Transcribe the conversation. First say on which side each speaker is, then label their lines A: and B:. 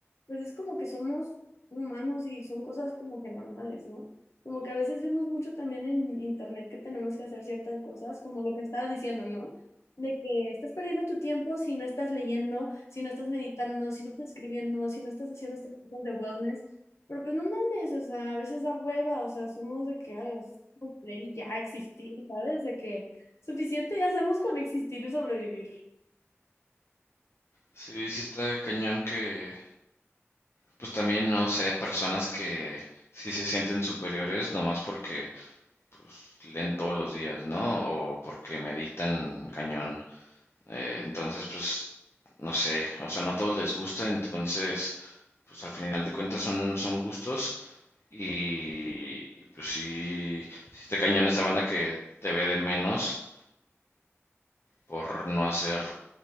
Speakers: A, on the left; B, on the left.
A: pues es como que somos humanos y son cosas como que normales, ¿no? Como que a veces vemos mucho también en internet que tenemos que hacer ciertas cosas, como lo que estabas diciendo, ¿no? De que estás perdiendo tu tiempo si no estás leyendo, si no estás meditando, si no estás escribiendo, si no estás haciendo estas cosas de wellness. Pero pues no mames, o sea, a veces da hueva, o sea, somos de que, ay, es como leer y ya existir, ¿sabes? De que suficiente ya hacemos con existir y sobrevivir.
B: Sí, sí está cañón que, pues también, no sé, personas que sí se sienten superiores nomás porque pues, leen todos los días, ¿no? O porque meditan cañón. Eh, entonces, pues, no sé, o sea, no a todos les gusta, entonces, pues al final de cuentas son, son gustos y, y, pues sí, sí está cañón esa banda que te ve de menos por no hacer